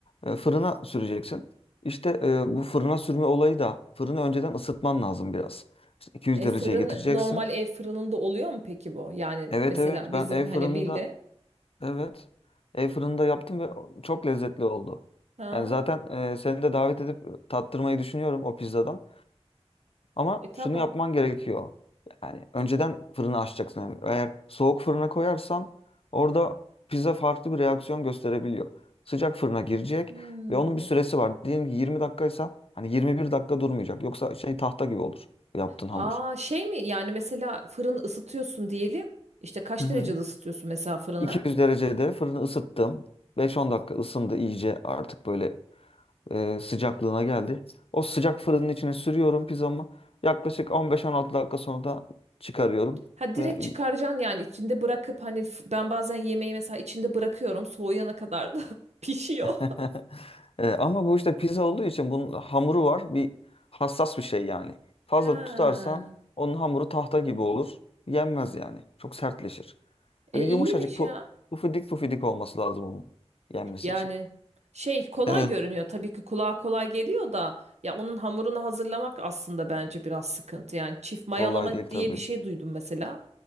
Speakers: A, on the left; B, on the right.
A: e, fırına süreceksin. İşte e, bu fırına sürme olayı da fırını önceden ısıtman lazım biraz. İşte 200
B: E,
A: dereceye
B: fırın
A: getireceksin.
B: normal ev fırınında oluyor mu peki bu? Yani
A: Evet
B: mesela
A: evet
B: bizim
A: ben ev
B: hani
A: fırında
B: bilde.
A: evet ev fırında yaptım ve çok lezzetli oldu.
B: Ha,
A: Yani zaten e, seni de davet edip e, tattırmayı düşünüyorum o pizzadan. Ama
B: e tamam.
A: şunu yapman gerekiyor. Yani önceden fırını açacaksın. Yani eğer soğuk fırına koyarsan orada pizza farklı bir reaksiyon gösterebiliyor. Sıcak fırına girecek
B: Hmm.
A: ve onun bir süresi var. Diyelim ki 20 dakikaysa hani 21 dakika durmayacak. Yoksa şey tahta gibi olur yaptığın
B: Aa
A: hamur.
B: şey mi yani mesela fırını ısıtıyorsun diyelim. İşte kaç
A: Hı hı.
B: derecede ısıtıyorsun mesela fırına?
A: 200 derecede fırını ısıttım. 5-10 dakika ısındı iyice artık böyle e, sıcaklığına geldi. O sıcak fırının içine sürüyorum pizzamı. Yaklaşık 15-16 dakika sonra da çıkarıyorum
B: Ha direkt
A: ve
B: çıkaracaksın yani içinde bırakıp hani f- ben bazen yemeği mesela içinde bırakıyorum soğuyana kadar da <laughs> pişiyor.
A: <laughs> E, ama bu işte pizza olduğu için bunun hamuru var. Bir hassas bir şey yani. Fazla
B: Ha.
A: tutarsan onun hamuru tahta gibi olur. Yenmez yani. Çok sertleşir.
B: E
A: Böyle
B: iyiymiş
A: yumuşacık pu,
B: ya.
A: pufidik pufidik olması lazım onun yenmesi
B: Yani
A: için.
B: şey kolay
A: Evet.
B: görünüyor tabii ki kulağa kolay geliyor da ya onun hamurunu hazırlamak aslında bence biraz sıkıntı. Yani çift mayalama
A: Kolay değil
B: diye
A: tabii.
B: bir şey duydum mesela.